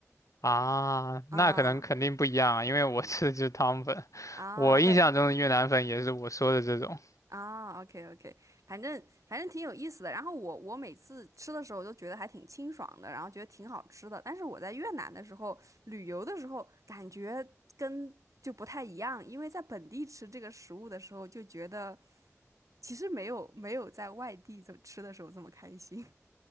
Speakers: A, on the left (about 80°); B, on the right (about 80°).
A: 啊，
B: 啊，
A: 那可能肯定不一样啊，因为我吃的就是汤粉。
B: 嗯，啊，
A: 我印象中的越南粉也是我说的这种。
B: 对，啊，OK OK，反正反正挺有意思的。然后我我每次吃的时候都觉得还挺清爽的，然后觉得挺好吃的。但是我在越南的时候旅游的时候，感觉跟就不太一样，因为在本地吃这个食物的时候，就觉得其实没有没有在外地这么吃的时候这么开心。